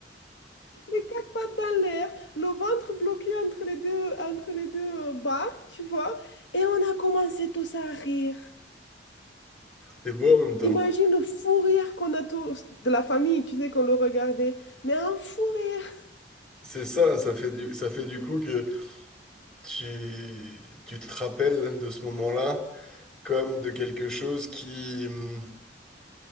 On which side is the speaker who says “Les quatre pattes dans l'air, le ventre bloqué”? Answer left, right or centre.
Left